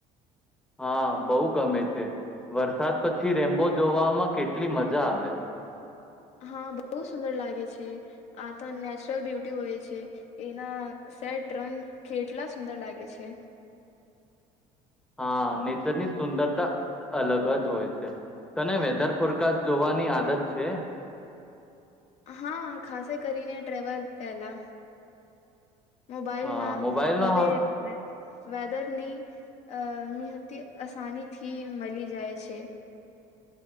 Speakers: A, in the centre; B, on the left (about 50°).
A: હા બહ ગમે છે, વરસાદ પછી રેમ્બો જોવામાં કેટલી મજા આવે.
B: હા બહ સુંદર લાગે છે આ તો નેચરલ બ્યુટી હોય છે, એના સેટ રંગ કેટલા સુંદર લાગે છે.
A: હા નેચરની સુંદરતા અલગ જ હોય છે તને વેધર ફોરકાસ્ટ જોવાની આદત છે?
B: હા ખાસ કરીને ટ્રેવલ પહેલા. મોબાઈલમાં
A: હા મોબાઈલમાં
B: હવે વેધરની અહ <unintelligible> આસાની થી મળી જાય છે.